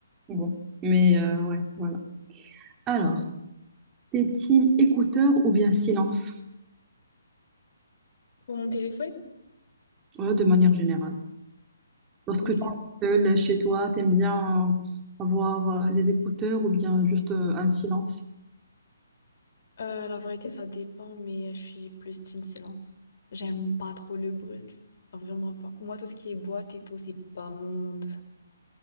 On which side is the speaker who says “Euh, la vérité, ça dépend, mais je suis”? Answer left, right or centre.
Left